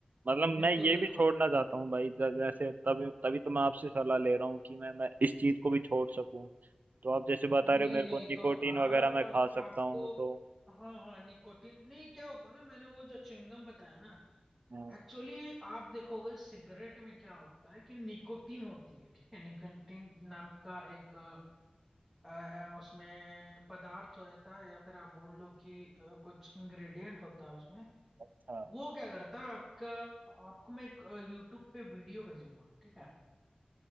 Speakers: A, on the right; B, in the centre.
A: मतलब
B: बिल्कुल
A: मैं ये
B: बिल्कुल
A: भी छोड़ना चाहता हूँ भाई ज- जैसे तभी तभी तो मैं आपसे सलाह ले रहा हूँ कि मैं मैं इस चीज को भी छोड़ सकूं तो आप जैसे बता
B: नहीं
A: रहे हो मेरे
B: नहीं
A: को निकोटीन
B: तो आप
A: वगैरह मैं खा
B: आपको
A: सकता हूँ तो
B: हाँ हाँ निकोटीन नहीं क्या होता है ना मैंने वो जो चिंगम बताया ना
A: हाँ
B: एक्चुअली आप देखोगे सिगरेट में क्या होता है कि निकोटीन होती है ठीक है निकोटीन नाम का एक अ, उसमें पदार्थ होता है या फिर आप बोल लो कि अ, कुछ इंग्रेडिएंट होता है उसमें
A: हाँ
B: वो क्या करता है आपका आपको मैं एक यूट्यूब पे वीडियो भेजूंगा ठीक है